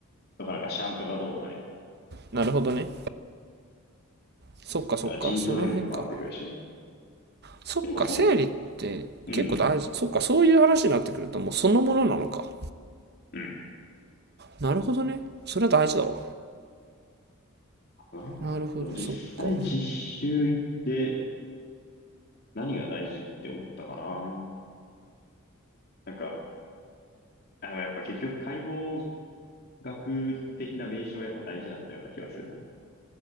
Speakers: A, on the left; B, on the right.
A: とかなんかシャントがどうとかね。
B: なるほどね。そっかそっか、
A: だから腎臓にも関わってくるしね。
B: その辺か。そっか、
A: でもそんな、
B: 生理って結構大事。
A: うん、
B: そっか、そういう話になってくるともうそのものなのか。
A: うん。
B: なるほどね。それは大事だわ。
A: あと何でも実際実習行って
B: なるほど、そっか。
A: 何が大事って思ったかな。なんか、あ、でもやっぱ結局解剖学的な名称やっぱ大事だったような気がするな。